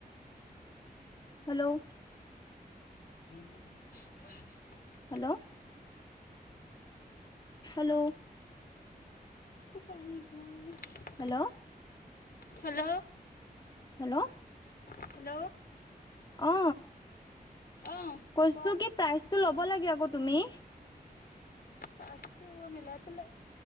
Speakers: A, on the left; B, on the left.
A: হেল্ল'?
B: উম উম চু হু
A: hello? Hello?
B: <unintelligible>
A: Hello?
B: Hello?
A: Hello?
B: Hello?
A: অ,
B: অ',
A: কৈছো
B: কোৱা।
A: কি প্ৰাইজটো ল'ব লাগে আক তুমি?
B: পাঁচটো মিলাই পেলাই